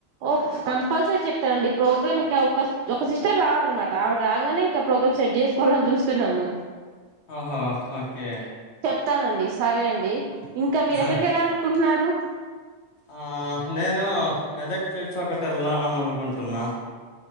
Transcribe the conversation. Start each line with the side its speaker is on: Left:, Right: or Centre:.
Right: ఓ కంపల్సరీ చెప్తానండి ప్రోగ్రామ్ ఇంకా ఒక ఒక సిస్టర్ రావాలన్నమాట ఆవిడ రాగానే ఇంకా ప్రోగ్రామ్ సెట్ చేసుకోవాలని చూస్తున్నాము
Left: ఆఓహో ఓకే
Right: చెప్స్తానండి సరే అండి ఇంకా మీరెక్కడికి
Left: సరే
Right: వెళ్ళాలినుకుంటున్నారు
Left: ఆ నేను మెదక్ చేర్చి ఒకటి వెళ్ళాలి అని అనుకుంటున్నా